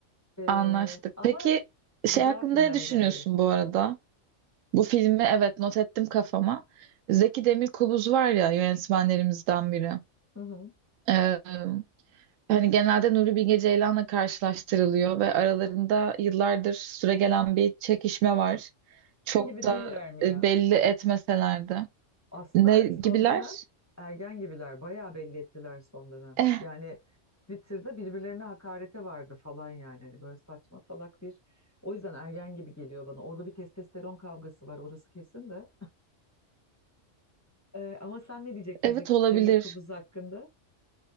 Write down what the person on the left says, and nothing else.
Ee,
ama
güzel
filmlerden
biri.
Hı hı.
Ergen gibi
değiller mi
ya?
Aslında
son dönem ergen gibiler. Bayağı belli ettiler son dönem.
Yani Twitter'da birbirlerine hakarete vardı falan yani. Hani böyle saçma salak bir... O yüzden ergen gibi geliyor bana. Orada bir testosteron kavgası var orası kesin de. Ee, ama sen ne diyecektin
Zeki
Demir Kubuz hakkında?